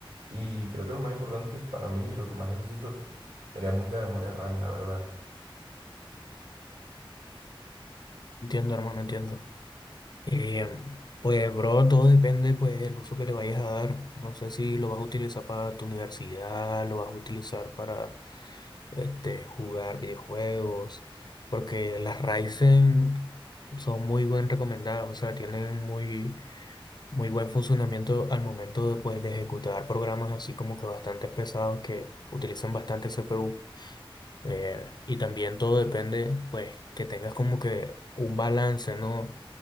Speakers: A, on the right; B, on the left.
A: Y creo que lo más importante para mí y lo que más necesito sería mucha memoria RAM, la verdad.
B: Entiendo, hermano, entiendo. Eh, pues, bro, todo depende, pues, el uso que le vayas a dar. No sé si lo vas a utilizar para tu universidad, lo vas a utilizar para, este, jugar videojuegos, porque las Ryzen son muy bien recomendadas, o sea, tienen muy, muy buen funcionamiento al momento de, pues, de ejecutar programas así como que bastante pesados que utilizan bastante CPU. Eh, y también todo depende, pues, que tengas como que un balance, ¿no?